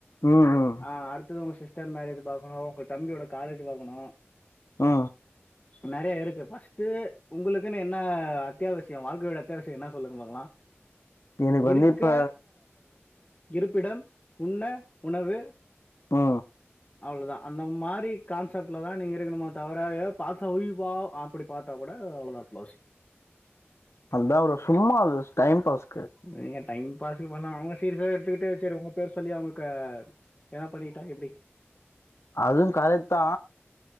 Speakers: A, on the left; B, on the left.
A: ம் ம்
B: ஆ அடுத்தது உங்க சிஸ்டர் மேரேஜ் பாக்கணு உங்க தம்பியோட காலேஜ் பாக்கணு
A: ஆ
B: நெறைய இருக்கு ஃபஸ்ட் உங்களுக்குன்னு என்ன அத்தியாவசிய வாழ்க்கையோட அத்தியாவசிய என்ன சொல்லுங்க பாக்கலா
A: எனக்கு
B: இருக்க
A: வந்து இப்ப
B: இருப்பிடம் உண்ண உணவு
A: ஆ
B: அவ்ளதா அந்த மாரி கான்செப்ட்ல தா நீங்க இருக்கணுமோ தவிர எதோ பாத்தா உயிவா அப்பிடி பாத்தா கூட அவ்ளோதா க்ளோஸ்
A: அந்த ப்ரோ சும்மா அது டைம் பாஸ்
B: நீங்க டைம் பாஸ்க்கு பண்ணலா அவுங்க சீரிசா எடுத்துக்கிட்டு சேரி உங்க பேர சொல்லி அவங்களுக்க எதன்னா பண்ணிகிட்டா எப்பிடி
A: அதுவு கரெத்தா